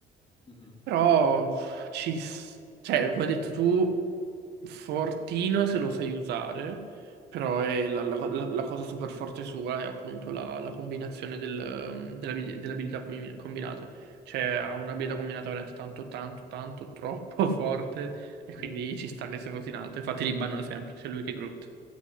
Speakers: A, on the left; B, on the right.
A: Mhm.
B: Però ci... s- Cioè, come hai detto tu... Fortino se lo sai usare, però è la, la- la- la cosa super forte sua è appunto la, la combinazione del, ehm, della abil- delle abilità combi- combinate. Cioè ha
A: Sì.
B: un'abilità combinata veramente tanto, tanto, tanto, troppo <laughs> forte e
A: Mhm.
B: quindi ci sta che sia così in alto. Infatti li bannano sempre, sia lui che Groot.